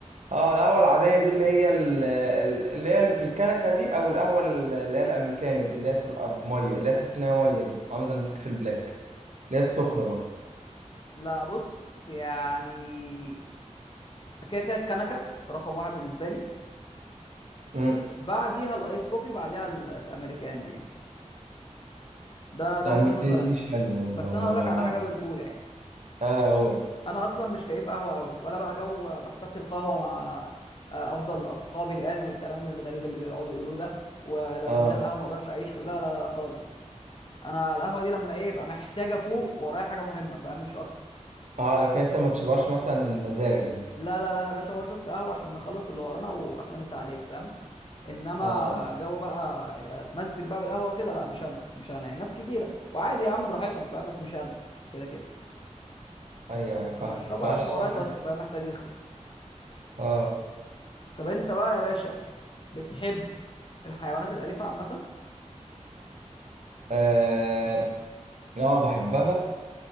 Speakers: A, on the right; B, on the left.
A: اه القهوه العاديه دي اللي هي ال- ال- اللي هي اللي في الكنكه دي او القهوه ال- اللي هي الامريكاني دي اللي هي بتبقى بميه اللي هي تحس ان هي ميه دي عامله زي النسكافيه البلاك اللي هي السخنه برضه
B: لا بص يعني كده كده الكنكه رقم واحد بالنسبه لي
A: امم
B: بعديها الايس كوفي بعديها ال- الامريكان دي يعني ده ده
A: الامريكاني
B: وجهه نظر
A: دي
B: انا
A: مش حلوه
B: بس
A: والله
B: انا هقول لك على
A: ما-
B: حاجه برجوله يعني
A: اه قول
B: انا اصلا مش كيف قهوه قوي ولا بقى جو بحتسي القهوه مع آه، افضل اصحابي الان والكلام الغريب اللي بيقعدوا يقولوه ده ولا
A: اه
B: من غير القهوه ما اقدرش اعيش ولا لا لا خالص انا القهوه دي لما ايه يبقى محتاجه فوق ورايا حاجه مهمه فاهم مش اكتر
A: اه لكن انت ما تشبهش مثلا مزاج
B: لا لا لا يا باشا هو شوت قهوة عشان نخلص اللي ورانا وأحلى مسا عليك فاهم إنما
A: اه
B: جو بقى اتمزج بقى بالقهوة وكده لا مش أنا مش أنا يعني ناس كتيرة وعادي يا عم براحتهم فاهم بس مش أنا كده كده
A: ايوه ايوه
B: أنا
A: فاهم
B: هشربها
A: اه
B: عشان ورايا تاسك فاهم محتاج يخلص
A: اه
B: طب أنت بقى يا باشا بتحب الحيوانات الأليفة عامة
A: اه آه، بحبها <laughs>